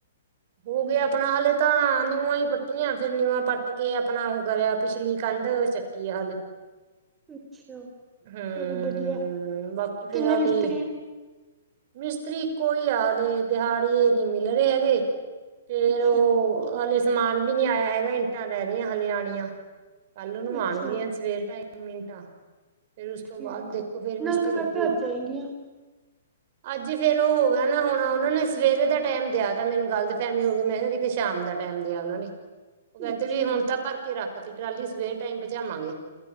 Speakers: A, on the right; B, on the right.
A: ਹੋਗਿਆ ਆਪਣਾ ਹਲੇੇ ਤਾਂ ਨਿਊਵਾਂ ਹੀ ਪੱਟੀਆਂ, ਫੇਰ ਨਿਉਵਾਂ ਪੱਟਕੇ ਆਪਣਾ ਉਹ ਕਰਿਆ ਪਿਛਲੀ ਕੰਧ ਕੀ ਹਾਲ ਏ?
B: ਅੱਛਾ,
A: ਹੂੰ
B: ਚਲੋ ਵਧੀਆ,
A: ਬਾਕੀ ਫੇਰ
B: ਕਿੰਨੇ
A: ਹਲੇ
B: ਮਿਸਤਰੀ ਹੈ?
A: ਮਿਸਤਰੀ, ਇਕੋ ਹੀ ਆ ਹਾਲੇ ਦਿਹਾੜੀ ਇਹ ਨਹੀਂ ਮਿਲ ਰਹੇ ਹੈਗੇ। ਫੇਰ
B: ਅੱਛਾ,
A: ਉਹ ਹਲੇ ਸਮਾਨ ਵੀ ਨੀ ਆਇਆ ਹੈਗਾ, ਇੰਟਾਂ ਰਹਿ ਰਿਆਂ ਹਲੇ ਆਣੀਆਂ। <unintelligible>
B: ਅੱਛਾ
A: ਫੇਰ ਉਸ
B: ਠੀਕ
A: ਤੋਂ ਬਾਅਦ ਦੇਖੋ,
B: ਆ
A: ਫੇਰ ਮਿਸਤਰੀ
B: ਨਾਲ ਤਾਂ ਕਰਤੇ
A: ਲੱਗੂ।
B: ਅੱਜ ਆਏਂਗੀਆਂ
A: ਅੱਜ ਫੇਰ ਉਹ ਹੋ ਗਿਆ ਨਾ, ਹੁਣ ਉਹਨਾਂ ਨੇ ਸਵੇਰੇ ਦਾ ਟਾਈਮ ਦਿਆ ਦਾ ਮੈਨੂੰ ਫੈਮੀ ਹੋ ਗਈ ਮੈਂ ਕਿਹਾ, ਕਿਤੇ ਸ਼ਾਮ ਦਾ ਟਾਈਮ ਦਿਆ ਉਹਨਾਂ ਨੇ, ਉਹ ਕਹਿੰਦੇ
B: ਅੱਛਾ,
A: ਵੀ ਹੁਣ ਤਾਂ ਭਰ ਕੇ ਰੱਖ ਅਸੀਂ ਟਰਾਲੀ ਸਵੇਰ ਟਾਈਮ ਪਹੁੰਚਾਵਾਂਗੇ।